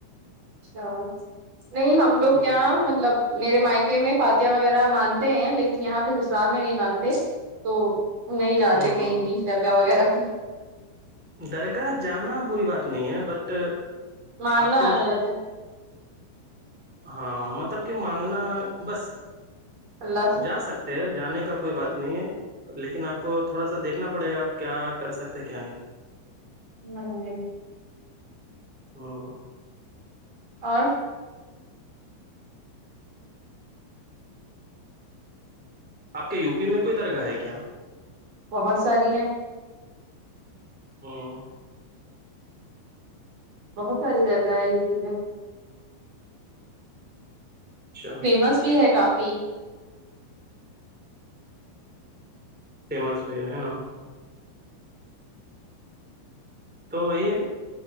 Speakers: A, on the right (about 35°); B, in the centre.
A: اچھا نہیں ہم لوگ
B: ہوں
A: کیا مطلب میرے مائکے میں فاتیہ وغیرہ مانتے ہیں لیکن یہاں پھر سسرال میں نہیں مانتے تو نہیں جاتے
B: ہوں
A: کہیں
B: ہوں
A: بھی شر کاا وغیرہ پ
B: درگاہ جانا بری بات نہیں ہے بٹ
A: مانگنا
B: آپ کو
A: غلط ہے
B: ہاں مطلب کہ مانگنا بس
A: اللہ
B: جا سکتے ہیں جانے کا کوئی
A: سے
B: بات نہیں ہے لیکن آپ کو تھوڑا سا دیکھنا پڑے گا آپ کیا کر سکتے ہیں کیا نہیں
A: ہ جی
B: ہاں
A: اور
B: آپ کے یو پی میں کوئی درگاہ ہے کیا
A: بہت ساری ہیں
B: ہاں
A: بہت ساری درگاہ آئی س نا
B: اچھا
A: فمس بھی ہے کافی
B: فیمس بھی ہے ہے نا تو وہی